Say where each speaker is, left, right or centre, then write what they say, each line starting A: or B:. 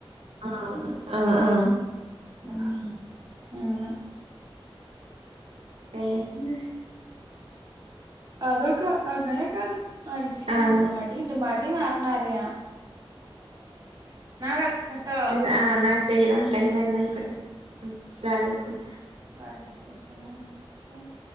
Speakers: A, on the right; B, on the right.
A: ആ ആ അ ആ
B: ആ ആ ആണ്
A: വേറെ എന്താ?
B: അതൊക്കെ അങ്ങനെയൊക്കാണ്. മടിച്ചൂന്ന്
A: ആഹ്
B: പറയാ. മടി ഇണ്ട്. മടി മാറണ വരേയ വെക്കട്ടോ
A: ഉം ആ ഇന്നാ ശരി ടൈം ആയി ഇന്നാ അയിക്കോട്ടെ ഉം അസ്സലാം അലൈക്കും
B: വ അലൈകും ഉസ്സലാമു <unintelligible>